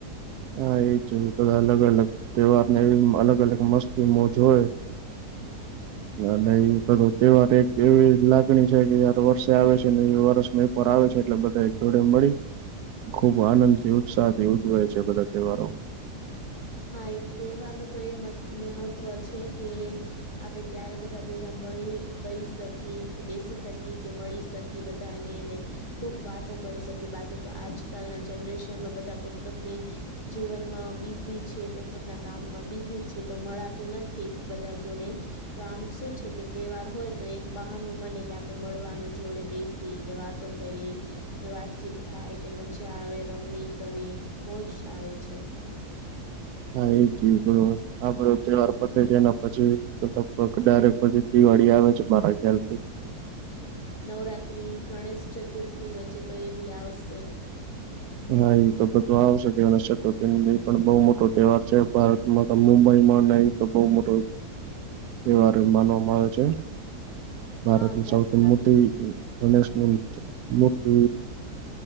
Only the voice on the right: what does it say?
હા એજ બધા અલગ અલગ તહેવાર ને એવી અલગ અલગ મસ્તી મોજ હોય. અને એ બધો તહેવાર એક એવી લાગણી છે કે જયાર વર્ષે આવે છે ને એ વર્ષ ર આવે છે એટલે બધા જોડે મળી. ખુબ આનંદથી ઉત્સાહથી ઉજવે છે બધા તહેવારો.
હા એ જ બરોર. આ બધો તહેવાર પતે છે એના પછી તો લગભગ ડાયરેક્ટ પછી દિવાળી આવે છે મારા ખ્યાલ થી.
હા એ તો બધું આવશે તેવ ચતુર્થી પણ બહુ મોટો તહેવાર છે ભારત મતલબ મુંબઈમાં નહ તો બહુ મોટો. એવાર માનવામાં આવે છે, ભારતની
સૌથી
મોટી ગણેશની મૂર્તિ